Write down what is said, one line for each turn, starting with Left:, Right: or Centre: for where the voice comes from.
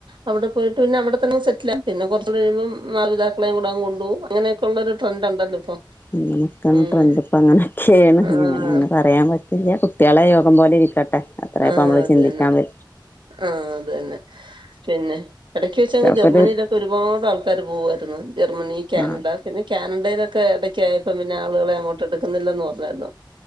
Right: അവിടെ പോയിട്ട് പിന്നെ അവിടെ തന്നെ സെറ്റില പിന്നെ കൊറച്ച് കഴിയുമ്പം മാതാപിതാക്കളെയും കൂടെ അങ്ങ് കൊണ്ടുവും അങ്ങനൊഒക്കെയുള്ള ഒരു ട്രെൻ് ഉണ്ടല്ലോ ഇപ്പൊ
Left: ഉം
Right: ഉം
Left: ട്രെൻ് ഇപ്പ അങ്ങനെയൊക്കെയാണ് പിന്നെ
Right: ആഹ്
Left: എങ്ങനെന്ന് പറയാൻ പറ്റില്ല കുട്ടികളെ യോഗം പോലെ ഇരിക്കട്ടെ അത്രയപ്പ
Right: ആഹ്
Left: നമ്മള്
Right: അത്
Left: ചിന്തിക്കാൻ
Right: തന്നെ
Left: പ
Right: ആഹ് അത് തന്നെ പിന്നെ എടക്ക് വെച്ചങ്
Left: കുട്ടികൾക്കൊരു
Right: ജർമ്മനിയിലൊക്കെ ഒരുപാട് ആൾക്കാര് പോവ ട്ടിന്ന് ജർമ്മനി കെനഡ
Left: ആ
Right: പിന്നെ കാനഡയിലൊക്കെ ഇടക്കായപ്പോ പിന്നെ ആളുകളെ അങ്ങോട്ട് എടുക്കുന്നില്ലന്ന് പറഞ്ഞായിരുന്നു